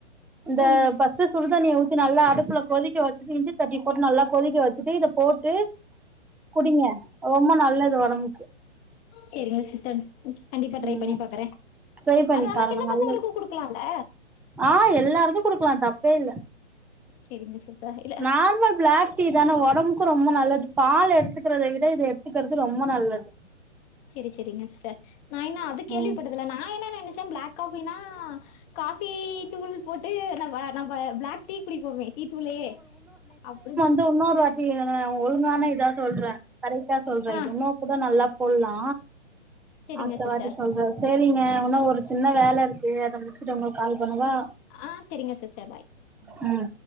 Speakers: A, in the centre; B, on the left.
A: இந்த
B: ம்
A: ஃபஸ்ட்டு சுடுதண்ணிய ஊத் தி நல்லா அடுப்புல கொதிக்க வச்சுட்டு இஞ்சி தட்டி போட்டு நல்லா கொதிக்க வச்சுட்டு இத போட்டு குடிங்க ரொம்ப நல்லது ஒடம்புக்கு
B: செரிங்க சிஸ்டர் கண்டிப்பா ட்ரை
A: ம்
B: பண்ணி பாக்கறே
A: ட்ரை பண்ணி
B: அத ஆனா
A: பாருங்க
B: சின்ன பசங்களுக்கு
A: நல்லது
B: குடுக்கலால்ல
A: ஆ எல்லாருக்கு குடுக்கலா தப்பே இல்ல
B: சேரிங்க சிஸ்டர் இல்ல
A: நார்மல் பிளாக் டீ தான ஒடம்புக்கு ரொம்ப நல்லது பால் எடுத்துக்கிறத விட இது எடுத்துக்கிறது ரொம்ப நல்லது
B: செரி செரிங்க சிஸ்டர் நான் என்ன அது கேள்விப்பட்டதில்ல
A: ம்
B: நா என்ன நெனச்ச பிளாக் காஃபினா காஃபி தூள் போட்டு நம்ம நம்ம பிளாக் டீ குடிப்போமே டீதூளே அப்டினா
A: இன்னொர் வாட்டி ஒழுங்கான இதா சொல்ற கரெக்டா சொல்ற
B: ஆ
A: இது இன்னோ கூட நல்லா சொல்லா
B: சேரிங்க
A: அடுத்தவாட்டி
B: சிஸ்டர்
A: சொல்ற சேரிங்க ஒன்னோ ஒரு சின்ன வேல இருக்கு அத முடுச்சுட்டு உங்ளுக்கு கால் பண்ணவா
B: ஆ செரிங்க சிஸ்டர் பாய்
A: ம்